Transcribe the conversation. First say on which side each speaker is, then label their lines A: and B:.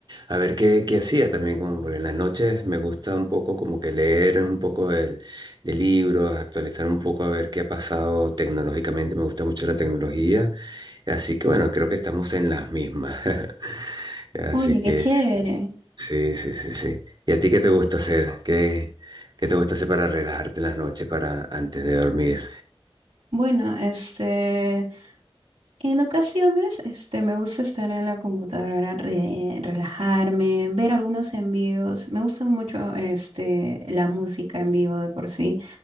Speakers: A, on the right; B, on the right.
A: a ver qué, qué hacía también, como por en las noches me gusta un poco como que leer un poco de, de libros, actualizar un poco a ver qué ha pasado tecnológicamente, me gusta mucho la tecnología, así que bueno, creo que estamos en las mismas. <laughs> Así
B: Oye,
A: que...
B: qué chévere.
A: Sí, sí, sí, sí. ¿Y a ti qué te gusta hacer? ¿Qué, qué te gusta hacer para relajarte las noches para antes de dormir?
B: Bueno, este... En ocasiones, este, me gusta estar en la computadora, re- relajarme, ver algunos envíos. Me gusta mucho, este, la música en vivo de por sí.